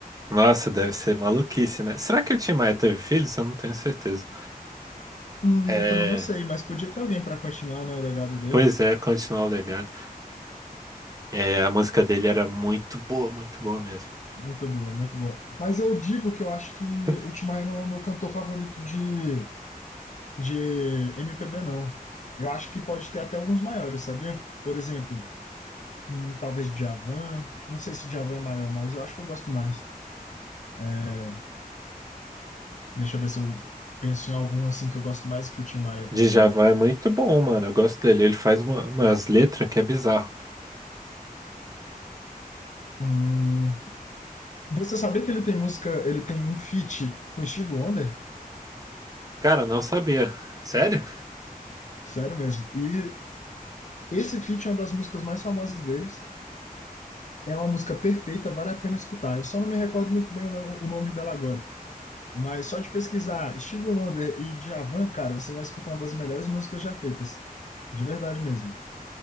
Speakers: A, on the right; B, on the left.
A: Nossa, deve ser maluquice, né? Será que o Tim Maia teve filhos? Eu não tenho certeza.
B: Hum,
A: É,
B: também não sei, mas podia ter alguém para continuar, né, o legado dele.
A: pois é, continuar o legado. É, a música dele era muito boa, muito boa mesmo.
B: Muito boa, muito boa. Mas eu digo que eu acho que
A: <laughs>
B: o Tim Maia não é o meu cantor favorito de, de MPB, não. Eu acho que pode ter até alguns maiores, sabia? Por exemplo, Hum, talvez Djavan. Não sei se Djavan é maior, mas eu acho que eu gosto mais. É, Deixa eu ver se eu penso em algum assim que eu gosto mais que o Tim Maia também.
A: Djavan é muito bom, mano. Eu gosto dele. Ele faz uma- umas letras que é bizarro.
B: Hum, você sabia que ele tem música, ele tem um feat com o Steve Wonder?
A: Cara, não sabia. Sério?
B: Sério mesmo. E esse feat é uma das músicas mais famosas deles. É uma música perfeita, vale a pena escutar. Eu só não me recordo muito bem o no- o nome dela agora. Mas só de pesquisar Steve Wonder e Djavan, cara, você vai escutar uma das melhores músicas já feitas. De verdade mesmo.